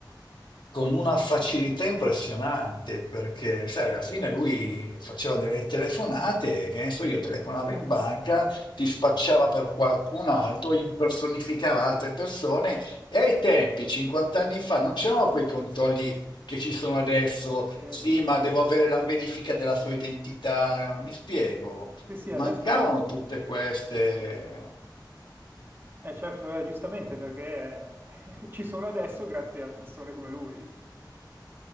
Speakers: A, on the left (about 75°); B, on the right (about 25°).
A: con una facilità impressionante, perché sai, alla fine lui faceva delle telefonate, che ne so, io telefonavo in banca, ti spacciava per qualcun altro, impersonificava altre persone e ai tempi, 50 anni fa, non c'erano quei controlli che ci sono adesso,
B: Bene.
A: sì, ma devo avere la verifica della sua identità, mi spiego,
B: Sì, sì, adesso...
A: mancavano tutte queste.
B: Eh, certo, eh, giustamente, perché <laughs> ci sono adesso grazie a persone come lui.